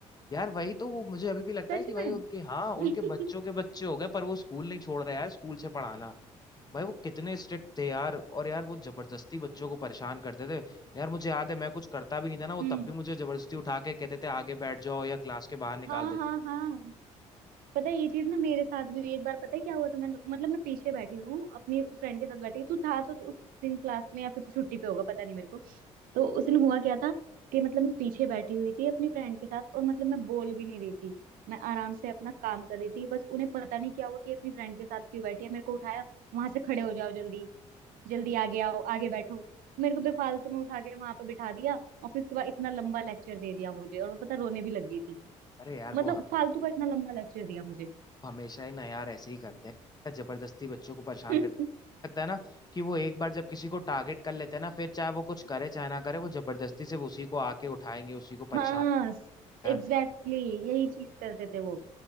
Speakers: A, on the left; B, on the right.
A: यार वही तो वो मुझे अभी भी लगता
B: सच
A: है कि भाई
B: में
A: उनके हाँ उनके
B: <laughs>
A: बच्चों के बच्चे हो गए पर वो स्कूल नहीं छोड़ रहे यार स्कूल से पढ़ाना भाई वो कितने स्ट्रिक्ट थे यार और यार वो जबरदस्ती बच्चों को परेशान करते थे यार मुझे याद है मैं कुछ करता भी नहीं था ना वो
B: हम्म
A: तब भी मुझे जबरदस्ती उठा के कहते थे आगे बैठ जाओ या क्लास के बाहर निकाल
B: हाँ
A: देते
B: हाँ हाँ पता है ये चीज ना मेरे साथ भी हुई। एक बार पता है क्या हुआ था मैं मतलब मैं पीछे बैठी हूँ अपनी फ्रेंड के साथ बैठी हूँ। तू था तो उस दिन क्लास में या फिर तू छुट्टी पे होगा पता नहीं मेरे को तो उस दिन हुआ क्या था कि मतलब मैं पीछे बैठी हुई थी अपनी फ्रेंड के साथ और मतलब मैं बोल भी नहीं रही थी मैं आराम से अपना काम कर रही थी बस उन्हें पता नहीं क्या हुआ कि अपनी फ्रेंड के साथ क्यों बैठी है मेरे को उठाया वहां से खड़े हो जाओ जल्दी जल्दी आगे आओ आगे बैठो मेरे को बेफालतू में उठा के वहां पे बिठा दिया और फिर उसके बाद इतना लंबा लेक्चर दे दिया मुझे और मैं पता रोने भी लग गई थी
A: अरे यार
B: मतलब
A: वो
B: फालतू का इतना लंबा लेक्चर दिया मुझे
A: हमेशा ही ना यार ऐसे ही करते हैं जबरदस्ती बच्चों को परेशान
B: <laughs>
A: करते हैं लगता है ना कि वो एक बार जब किसी को टारगेट कर लेते हैं ना फिर चाहे वो कुछ करे चाहे ना करे वो जबरदस्ती से उसी को आके उठाएंगे उसी को परेशान
B: हाँ एग्जैक्टली
A: यार
B: exactly, यही चीज करते थे वो